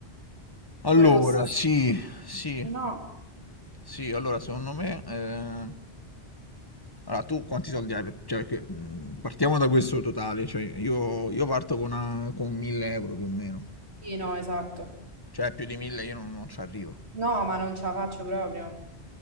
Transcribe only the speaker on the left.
Allora,
sì, sì,
sì, allora secondo me... eh, Allora, tu quanti soldi hai? per- cioè, perché, mh, partiamo da questo totale, cioè io, io parto con, una- con 1000 euro più o meno,
cioè più di 1000 io non, non ci arrivo.